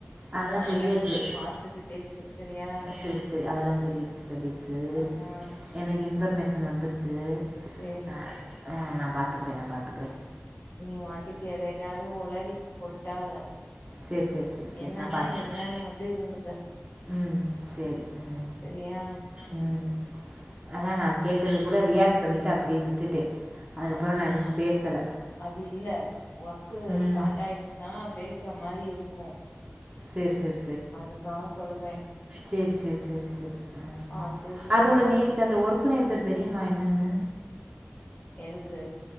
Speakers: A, on the right (about 15°); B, on the left (about 45°).
A: அதெல்லாம்
B: அதனால
A: சொல்லியாச்சு
B: கொஞ்சோ பாத்து பேசு செரியா
A: செரி செரி அதெல்லா சொல்லிருச்சு சொல்லிருச்சு
B: ஆ
A: எனக்கு இன்ஃபர்மேஷன் வந்துருச்சு
B: சேரி
A: ஆ ஆ நா பாத்துக்கறே நா பாத்துக்கறே
B: நீ வாட்டுக்கு எதையாது ஒளறி கொட்டாத
A: சேரி சேரி சேரி சேரி
B: என்ன
A: நா
B: னா
A: பாத்துக்கிறே
B: என்னன்னு மட்டு இருந்துக்க
A: ம் சேரி ம்
B: செரியா
A: ம் அதா நா கேட்டதுகீ கூட ரியாக்ட் பண்ணிட்டு அப்படியே விட்டுட்டே அதுக்கப்புறோ
B: ஆ
A: நா எதுவு பேசல
B: அது இல்ல ஒர்க்கு
A: ம்
B: ஸ்டார்ட் ஆயிடுச்சுன்னா பேசு ற மாரி இருக்கு
A: சேர் சேர்
B: அதுக்காக சொல்றே
A: சேரி சேரி சேரி சேரி ம்
B: பாத்து இது
A: அதோட
B: பண்ணிக்க
A: நேச்சர் அந்த ஒர்க்கு நேச்சர் தெரியுமா என்னன்னு
B: எதுக்கு